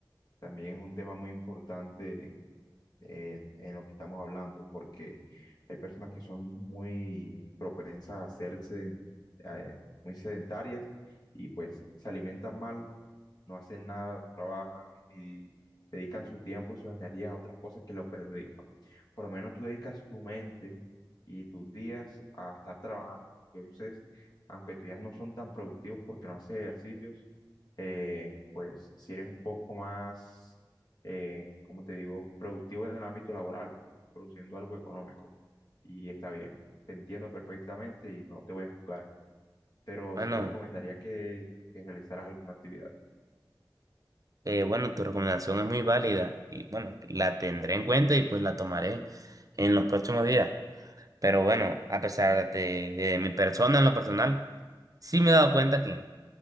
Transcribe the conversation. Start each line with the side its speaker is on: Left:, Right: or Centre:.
Left: también es un tema muy importante eh, en lo que estamos hablando, porque hay personas que son muy propensas a hacerse eh, muy sedentarias y pues se alimentan mal no hacen nada, no trabajan y dedican su tiempo y sus energías a otras cosas que lo perjudican. Por lo menos tú dedicas tu mente y tus días a estar trabajando. Entonces, aunque tus días no son tan productivos porque no haces ejercicios, eh, pues si eres un poco más, eh, como te digo, productivo en el ámbito laboral, produciendo algo económico. Y está bien, te entiendo perfectamente y no te voy a juzgar, pero
Right: Bueno.
Left: sí te recomendaría que, que realizaras alguna actividad.
Right: Eh, bueno, tu recomendación es muy válida y bueno, la tendré en cuenta y pues la tomaré en los próximos días. Pero bueno, a pesar de, de mi persona en lo personal, sí me he dado cuenta que,